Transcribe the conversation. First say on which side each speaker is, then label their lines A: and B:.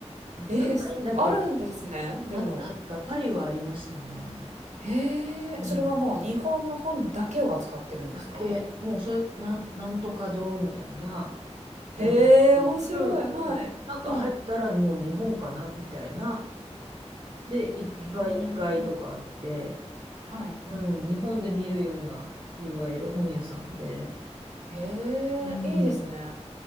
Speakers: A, on the right; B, on the right.
A: まあ、
B: ええ、
A: 高いんだけど、
B: すあるんですね、でも。
A: あったあった。パリはありましたね。
B: へえ、
A: うん
B: それはもう日本の本だけを扱ってるんですか？
A: だけ、もうそういう、なん、なんとか堂みたいな
B: へえ、
A: 名前
B: 面白い。
A: の、
B: はい。
A: もう、なんか入ったらもう日本かなみたいな。
B: はい。
A: で、1階、
B: へえ、
A: 2階とかあって、
B: はい。
A: うん、日本で見るような、いわゆる本屋さんで、
B: へえ、
A: うん、
B: いいですね。